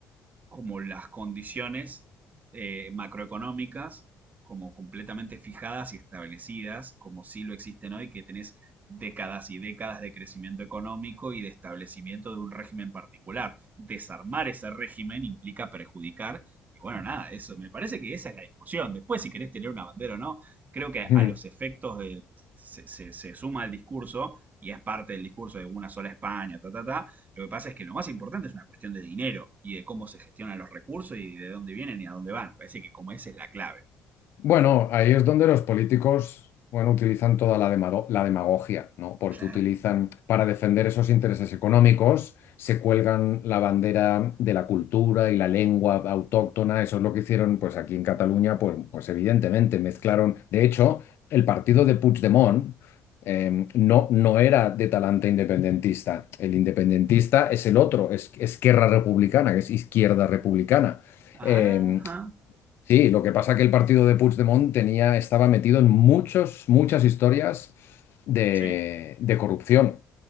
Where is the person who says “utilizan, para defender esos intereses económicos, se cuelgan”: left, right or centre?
Left